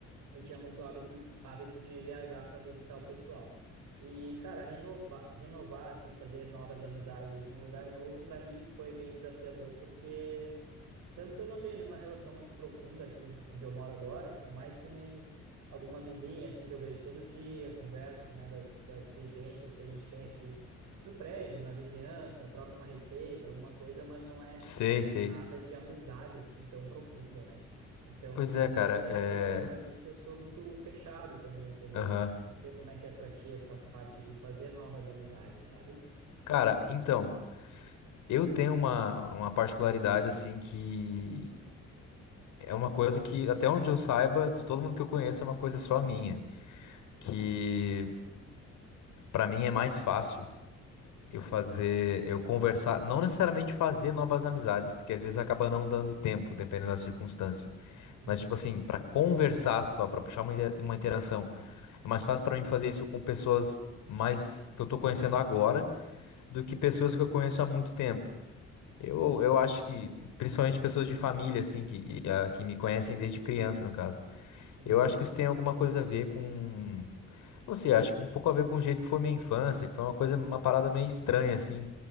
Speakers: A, on the right; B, on the left.
A: eu tinha muito hábito, hábito de viajar para visitar o pessoal. E, cara, renovar, renovar, assim, fazer novas amizades num lugar novo, para mim foi bem desafiador, porque tanto que eu não tenho nenhuma relação muito profunda aqui onde eu moro agora, é mais que nem alguma vizinha, assim, que eu vejo todo dia, converso, né, das, das vivências que a gente tem aqui no prédio, na vizinhança, troca uma receita, alguma coisa, mas não é
B: Sei, sei.
A: nada de amizade, assim, tão profunda, né? Então,
B: Pois é,
A: é
B: cara,
A: bem desafiador
B: é...
A: para mim, porque eu sou muito fechado também, entendeu?
B: Aham.
A: Eu Não sei como é que é para ti essa parte de fazer novas amizades, sabe?
B: Cara, então, eu tenho uma, uma particularidade, assim, que é uma coisa que, até onde eu saiba, de todo mundo que eu conheço, é uma coisa só minha, que pra mim é mais fácil eu fazer, eu conversar, não necessariamente fazer novas amizades, porque às vezes acaba não dando tempo, dependendo da circunstância.
A: Uhum,
B: Mas, tipo assim, para conversar só, para puxar uma, inter- uma interação, é mais
A: uhum,
B: fácil para mim fazer isso com pessoas mais que eu tô conhecendo agora do
A: uhum.
B: que pessoas que eu conheço há muito tempo. Eu,
A: Sim.
B: eu acho que, principalmente pessoas de família, assim, que, e, ah, que me conhecem desde criança, no caso.
A: Uhum,
B: Eu acho que isso tem alguma coisa a ver com. Não sei, acho que um pouco a ver com o jeito que foi minha infância, que foi uma coisa, uma parada meio estranha, assim,